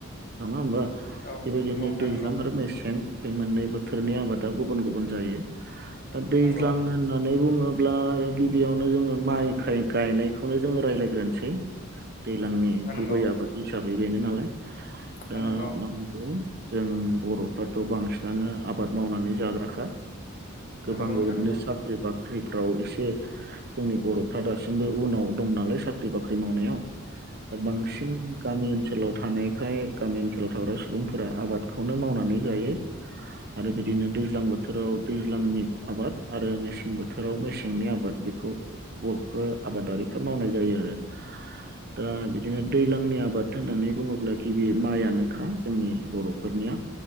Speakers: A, on the right; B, on the left.
A: नङा होमबा?
B: औ
A: बेबायदिनो
B: नंगौ नोंथां
A: दैज्लां
B: नंगौ
A: आरो मेसें बे मोननै बोथोरनि आबादा गुबुन गुबुन जायो। दा दैज्लां
B: नंगौ।
A: होननानै बुङोब्ला गिबियावनो जोङो माइ गायनायखौनो जोङो रायज्लायग्रोनोसै। दैलांनि
B: नंगौ नोंथां नंगौ
A: गुबै आबाद हिसाबै बेनो नालाय
B: नंगौ
A: दा नंगौ। जों बर'फ्राथ' बांसिनानो आबाद मावनानै जाग्राखा गोबां
B: नंगौ नोंथां
A: बेबायदिनो
B: नंगौ।
A: साख्रि बा ख्रिफ्राव एसे जोंनि बर'फ्रा दासिमबो उनाव दं नालाय साख्रि बाख्रि मावनायाव दा बांसिन गामि ओनसोलाव थानाय फ्राय गामि ओनसोलाव थाग्रा सुबुंफोरा आबादखौनो मावनानै गायो। आरो बिदिनो दैज्लां बोथोराव दैज्लांनि आबाद आरो मेसें बोथोराव मेसेंनि आबाद बेखौ बर'फोर आबादारिफ्रा मावनाय जायो आरो। दा बिदिनो दैलां लांनि आबाद होननानै बुङोब्ला गिबि माइयानोखा जोंनि बर'फोरनिया